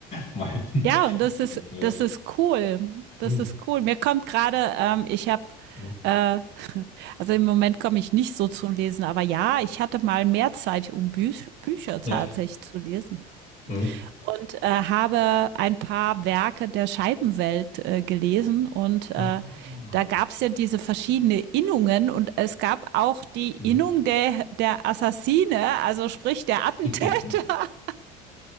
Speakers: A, on the left; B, on the right.
A: mein,
B: Ja, und das ist,
A: mein Feld.
B: das ist cool. Das
A: Hm.
B: ist cool. Mir kommt gerade, ähm, ich habe,
A: Hm.
B: äh, also im Moment komme ich nicht so zum Lesen, aber ja, ich hatte mal mehr Zeit, um Bü Bücher tatsächlich
A: Ja.
B: zu lesen.
A: Hm.
B: Und äh, habe ein paar Werke der Scheibenwelt äh, gelesen und äh,
A: Ah.
B: da gab es ja diese verschiedenen Innungen und es gab auch die
A: Hm.
B: Innung der, der Assassine, also sprich der Attentäter.
A: <laughs>
B: <laughs>